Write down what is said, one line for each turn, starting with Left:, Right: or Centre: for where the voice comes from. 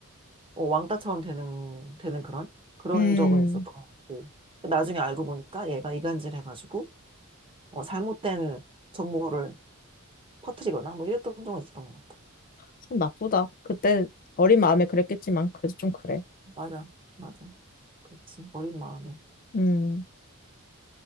Right: 어, 왕따처럼 되는 되는 그런 그런
Left: 음,
Right: 적은 있었던 것 같고. 나중에 알고 보니까 얘가 이간질 해가지고 어, 잘못된 정보를 퍼뜨리거나 뭐 이랬던 적은 있었던 것 같아.
Left: 참 나쁘다. 그때 어린 마음에 그랬겠지만 그래도 좀 그래.
Right: 맞아. 맞아. 그렇지. 어린 마음에.
Left: 음,